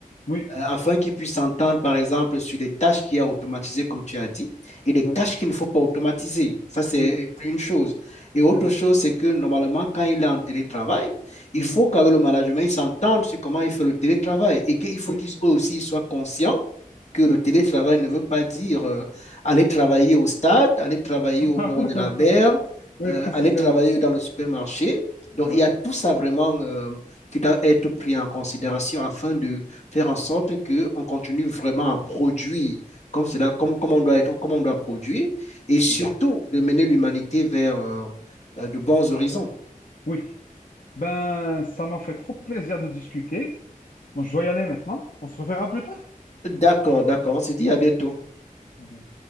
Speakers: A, on the left (about 70°); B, on the left (about 50°).
A: Oui.
B: euh, afin qu'ils puissent s'entendre, par exemple, sur les tâches qu'il y a automatisées, comme tu as dit, et les tâches
A: Oui.
B: qu'il ne faut pas automatiser. Ça, c'est
A: Oui.
B: une chose. Et autre
A: Très important.
B: chose, c'est que normalement, quand il est en télétravail, il
A: Mhm.
B: faut qu'avec le management, il s'entende sur comment il fait le télétravail et qu'il faut
A: Oui.
B: qu'il soit aussi il soit conscient que le
A: Oui.
B: télétravail ne veut pas dire euh, aller travailler au stade, aller travailler
A: <laughs>
B: au bord de la mer,
A: Oui,
B: euh,
A: précisément.
B: aller travailler dans le supermarché. Donc,
A: Ouais.
B: il y a tout ça vraiment euh, qui doit être pris en considération afin de faire en sorte qu'on continue vraiment à produire comme cela, comme,
A: Mm.
B: comme on doit être, comme on doit produire, et surtout
A: Mm.
B: de mener l'humanité vers euh, euh, de bons horizons.
A: Oui. Ben, ça m'a fait trop plaisir de discuter. Moi, je dois y aller maintenant. On se reverra plus tard.
B: D'accord, d'accord. On se dit à bientôt.
A: Ah, ah, bien.